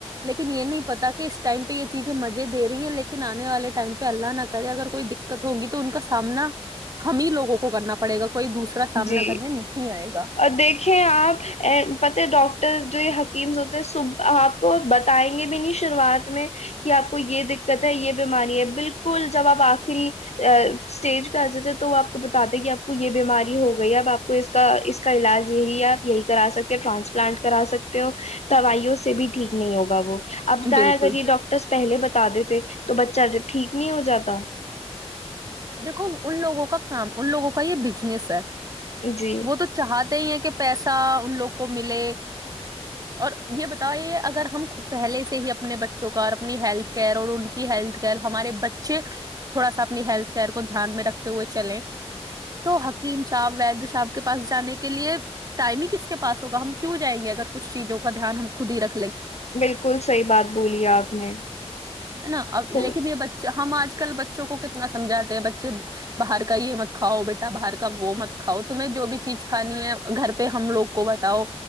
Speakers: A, on the right (about 35°); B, on the left (about 80°).
A: لیکن یہ نہیں پتا کہ اس ٹائم پہ یہ چیزیں مزے دے رہی ہیں لیکن آنے والے ٹائم پہ اللہ نہ کرے اگر کوئی دقت ہوگی تو ان کا سامنا ہم ہی لوگوں کو کرنا پڑے گا کوئی دوسرا سامنا
B: جی
A: کرنے نہیں آئے گا
B: دیکھیں آپ پتے ڈاکٹرز <unintelligible> جو یہ حکیمز ہوتے صبح آپ کو بتائیں گے بھی نہیں شروعات میں کہ آپ کو یہ دقت ہے یہ بیماری ہے بالکل جب آپ آخری اسٹیج پہ آ جاتے ہیں تو وہ آپ کو بتاتے کہ آپ کو یہ بیماری <unintelligible> ہو گئی اب آپ کو اس کا اس کا علاج یہی ہے آپ یہی کرا سکتے ہو ٹرانسپلانٹ کرا سکتے ہو دوائیوں سے بھی ٹھیک نہیں ہوگا وہ <unintelligible> ابتائیں
A: بالکل
B: اگر یہ ڈاکٹرس پہلے بتا <unintelligible> بتا دی تھے تو بچہ ٹھیک نہیں ہو جاتا <unintelligible>
A: دیکھو ان لوگوں کا کام ان لوگوں کا یہ بزنس ہے <unintelligible>
B: جی
A: وہ تو چاہتی <unintelligible> ہیں کہ پیسہ ان لوگ کو ملے اور یہ بت اگر ہم پہلے سے ہی اپنے بچوں کا اور اپنی ہیلتھ کیئر اور ان <unintelligible> کی ہیلتھ کیئر ہمارے بچے <unintelligible> تھوڑا <inaudible> اپنی ہیلتھ کیئر کو دھیان میں رکھتے ہوئے چلیں تو حکیم صاحب وید صاحب کے پس جانے کے لیے ٹائم ہی کس کے پس ہوگا ہم کیوں جائیں گے اگر کچھ چیزوں کا دھیان ہم خود ہی رکھ <unintelligible>
B: بالکل صحی بات بولی آپ نے
A: ہے نا اب لیکن
B: <unintelligible>
A: یہ بچہ ہم آج کل بچوں کو ک سمجھاتے ہیں بچے باہر کا یہ مت کھاؤ بیٹا باہر کا وہ مت کھاؤ تمہیں جو بھی چیز کھانی ہے گھر پہ ہم لوگ کو بتاؤ